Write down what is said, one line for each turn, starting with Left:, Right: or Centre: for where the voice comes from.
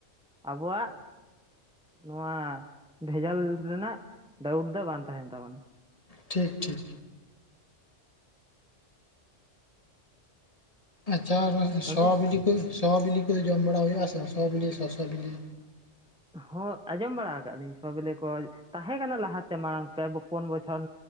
Centre: ᱟᱵᱚ ᱣᱟᱜ ᱱᱚᱣᱟ ᱵᱷᱮᱡᱟᱞ ᱨᱮᱱᱟᱜ ᱰᱟᱣᱩᱴ ᱫᱚ ᱵᱟᱝ ᱛᱟᱦᱮᱱ ᱛᱟᱵᱚᱱᱟ
Left: ᱴᱷᱤᱠ ᱴᱷᱤᱠ ᱟᱪᱪᱷᱟ ᱢᱟᱭ
Centre: ᱟᱹᱵᱤᱱ
Left: ᱥᱚ ᱵᱤᱞᱤ ᱠᱚ ᱥᱚ ᱵᱤᱞᱤ ᱠᱚᱫᱚ ᱡᱚᱢ ᱵᱟᱲᱟ ᱦᱩᱭᱩᱜ ᱟᱥᱮ ᱵᱟᱝ ᱥᱚ ᱵᱤᱞᱤ ᱥᱚᱥᱚ ᱵᱤᱞᱤ
Centre: ᱦᱚᱸ ᱟᱸᱡᱚᱢ ᱵᱟᱲᱟ ᱟᱠᱟᱫ ᱞᱤᱧ ᱥᱚᱵᱮᱞᱮ ᱠᱚ ᱛᱟᱦᱮᱸ ᱠᱟᱱᱟ ᱞᱟᱦᱟᱛᱮ ᱢᱟᱲᱟᱝ ᱯᱮ ᱯᱚᱯᱳᱱ ᱵᱚᱪᱷᱚᱨ